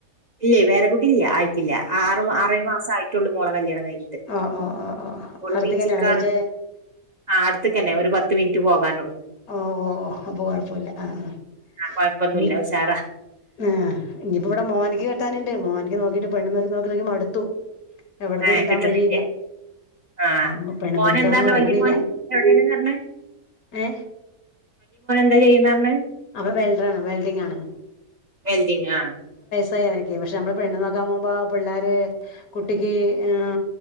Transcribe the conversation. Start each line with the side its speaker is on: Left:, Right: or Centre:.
Right: ഇല്ലേ വെറെ കുട്ടി ഇല്ല്യ ആയിട്ടില്ല ആറ് മാ അറേഴ്‌ മാസ ആയിട്ടുള്ളൂ മോള കല്യാണം കഴിഞ്ഞിട്ട്
Left: ആ ആ ആ ആ
Right: മോള്
Left: ഹ് അട്ത്ത്ക്കെന്നെയാണോ
Right: പി ജിക്കാണ്
Left: കഴിച്ചേ
Right: ആ അടുത്ത്ക്കെന്നെ ഒരു പത്ത് മിനിറ്റ് പോകാനൊള്ളൂ
Left: ഓ ഓ ഓ അപ്പൊ കൊഴപ്പമില്ല ആ ആ
Right: ആ കൊയ്പ്പൊന്നുല്ല
Left: ഇനി
Right: ഉഷാറാ
Left: ആ ഇനിയിപ്പോ ഇവടെ മോനിക്ക് കെട്ടാന്ണ്ട് മോനിക്ക് നോക്കിട്ട് പെണ്ണന്ന്വരെ സകലയും മടുത്തു എവ്ടന്നും
Right: ആ
Left: കിട്ടാൻ
Right: കിട്ടണില്ലേ
Left: വഴിയില്ല
Right: ആ
Left: മ് പെണ്ണ്
Right: മോൻ
Left: <unintelligible>
Right: എന്താണ്
Left: ഇറങ്ങുന്നില്ല
Right: വലിയ മോൻ എവിടെയാണ് പറഞ്ഞത്
Left: ഏ
Right: ന്താചെയ്യുന്ന അമ്മേം
Left: അവ വെൽഡറാണ് വെൽഡിംങ് ആണ്
Right: വെൽഡിംങാ
Left: തയ്യാനെനിക്ക് പക്ഷെ അമ്മള് പെണ്ണങ്ങക്ക് ആവുമ്പോ പിള്ളാരെ കുട്ടിക്ക് ങ്